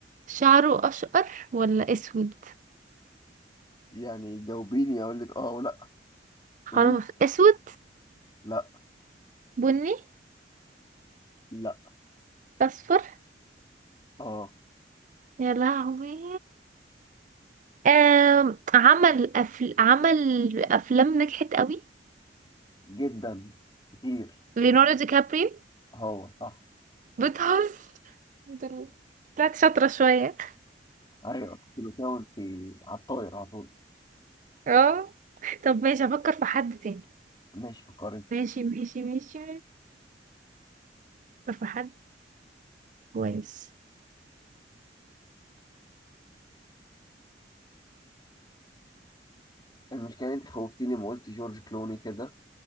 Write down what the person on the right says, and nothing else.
شعره أشقر ولا أسود
خلاص
أسود
بني
اصفر
يا لهوي آم، عمل أفل... عمل افلام نجحت قوي
ليوناردو دي كابريو
بتهزر الحمد لله. طلعت شاطرة شوية
اه طب ماشي افكر في حد تاني
ماشي ماشي ماشي افكر في حد كويس